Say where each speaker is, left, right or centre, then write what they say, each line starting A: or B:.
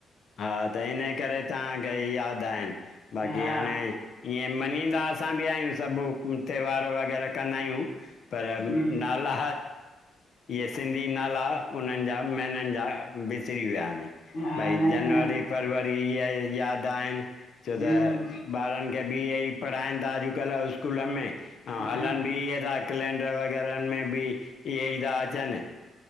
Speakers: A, on the left; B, on the left.
A: हा त इन्ही करे तव्हांखे यादि आहिनि, बाक़ी
B: हा
A: हाणे ईअं मञीदा असां बि आहियूं सभु, त्योहार वग़ैरह कंदा आहियूं। पर
B: हूं
A: नाला, इहे सिंधी न नाला उन्हनि जा महिननि जा विसरी विया आहिनि।
B: हा
A: भई
B: न
A: जनवरी
B: न
A: फरवरी इहे यादि आहिनि। छो
B: हूं
A: त ॿारनि खे बि इहे ई पढ़ाइनि था अॼुकल्ह स्कूलनि में, ऐं
B: हा
A: हलनि बि इहे था। कैलेंडर वग़ैरहनि में बि, इहे ई था अचनि।